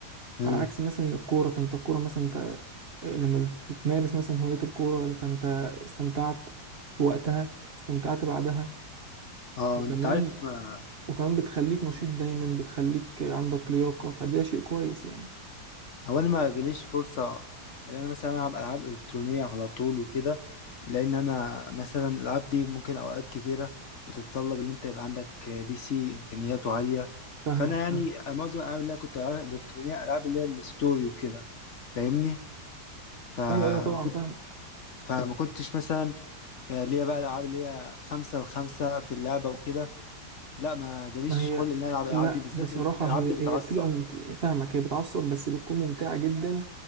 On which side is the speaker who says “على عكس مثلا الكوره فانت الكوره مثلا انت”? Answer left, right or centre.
Right